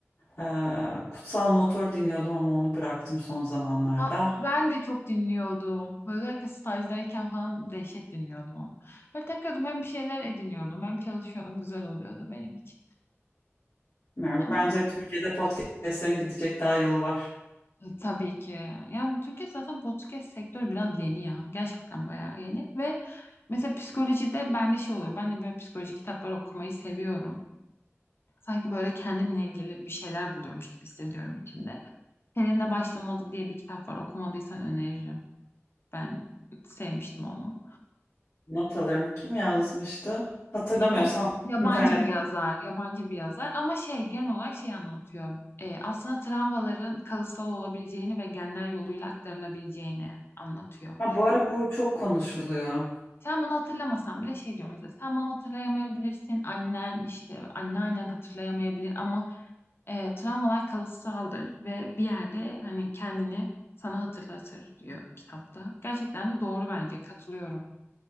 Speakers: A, on the left; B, on the left.
A: Ee, Kutsal Motor dinliyordum ama onu bıraktım son zamanlarda.
B: Aa, onu ben de çok dinliyordum. Özellikle stajdayken falan dehşet dinliyordum onu. Böyle takıyordum hem bir şeyler ediniyordum hem çalışıyordum. Güzel oluyordu benim için.
A: Yani
B: Ama
A: bence Türkiye'de podcastlerin gidecek daha yolu var.
B: e, tabii ki. Yani Türkiye zaten podcast sektörü biraz yeni ya. Gerçekten bayağı yeni. Ve mesela psikolojide bende şey oluyor. Ben de böyle psikoloji kitapları okumayı seviyorum. Sanki böyle kendimle ilgili bir şeyler buluyormuş gibi hissediyorum içinde. Seninle başlamadı diye bir kitap var. Okumadıysan öneririm. Ben sevmiştim onu.
A: Not alırım. Kim yazmıştı? Hatırlamıyorsam
B: Yaz- Yabancı
A: internet.
B: bir yazar, yabancı bir yazar ama şey genel olarak şey anlatıyor. Ee, aslında travmaların kalıtsal olabileceğini ve genler yoluyla aktarılabileceğini anlatıyor.
A: Ha, bu ara bu çok konuşuluyor.
B: Sen bunu hatırlamasan bile şey diyor mesela sen bunu hatırlayamayabilirsin annen işte anneannen hatırlayamayabilir ama e, travmalar kalıtsaldır ve bir yerde hani kendini sana hatırlatır diyor kitapta. Gerçekten de doğru bence katılıyorum